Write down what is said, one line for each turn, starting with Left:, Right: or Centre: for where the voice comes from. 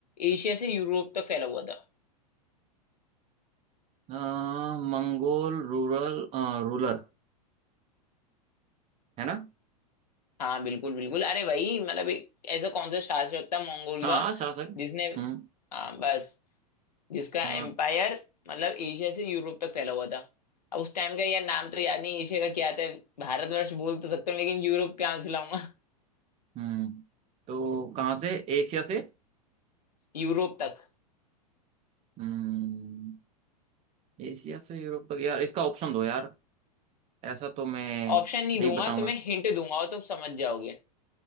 Left: एशिया से यूरोप तक फैला हुआ था
Right: आ, मंगोल रूरल आ, रूलर है ना
Left: हाँ बिल्कुल बिल्कुल अरे भाई मतलब एक ऐसा कौन सा शासक था मंगोल
Right: हाँ
Left: का
Right: शासक
Left: जिसने
Right: हम्म
Left: हाँ बस जिसका
Right: आ,
Left: एम्पायर मतलब एशिया से यूरोप तक फैला हुआ था अब उस टाइम का यार नाम तो याद नहीं एशिया का क्या था भारतवर्ष बोल तो सकता हूँ लेकिन यूरोप कहाँ से लाऊंगा <laughs>
Right: हम्म तो कहाँ से एशिया से
Left: यूरोप तक
Right: हम्म एशिया से यूरोप तक यार इसका ऑप्शन दो यार ऐसा तो मैं
Left: ऑप्शन नहीं
Right: नहीं
Left: दूंगा
Right: बताऊंगा
Left: तुम्हें हिंट दूंगा और तुम समझ जाओगे